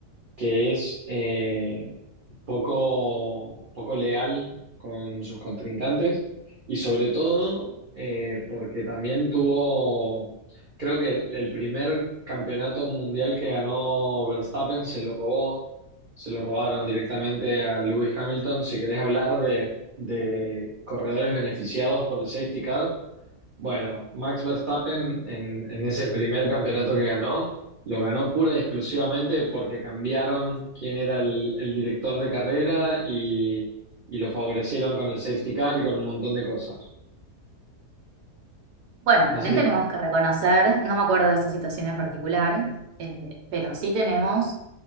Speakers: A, on the right; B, on the right.
A: que es, eh, poco, poco leal con sus contrincantes y sobre todo eh, porque también tuvo, creo que el el primer campeonato mundial que ganó Verstappen se lo robó, se lo robaron directamente a Lewis Hamilton. Si querés hablar de, de corredores beneficiados por el safety car, bueno, Max Verstappen en, en ese primer campeonato que ganó, lo ganó pura y exclusivamente porque cambiaron quién era el, el director de carrera y, y lo favorecieron con el safety car y con un montón de cosas.
B: Bueno, también
A: No sé si-
B: tenemos que reconocer, no me acuerdo de esa situación en particular, eh, pero sí tenemos